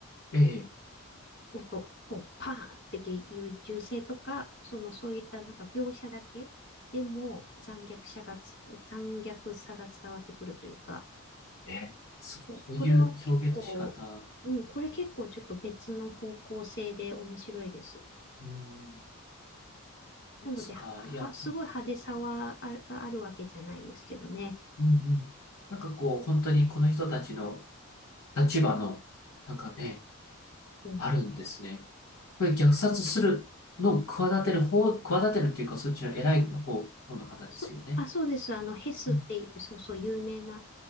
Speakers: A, on the left (about 85°); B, on the left (about 50°).
A: ええ、
B: 音、ポン、パーンっていう銃声とか、そのそういったなんか描写だけでも残虐さがつ、残虐さが伝わってくるというか、
A: ええ、そそういう表現の仕方、
B: こ、これは結構、うん、これ結構ちょっと別の方向性で面白いです。
A: うん、ドイツか、
B: なので、は、
A: いや、
B: すごい派手さはある、があるわけじゃないんですけどね。
A: うん、うん。なんかこう、本当にこの人たちの立場の、なんかね、
B: うん。
A: あるんですね。これ虐殺するのを企てる方、企てるっていうか、そっちの偉いの方、方の方ですよね。
B: そ、あ、そうです。あの、ヘスっていう、
A: うん、
B: そうそう、有名な、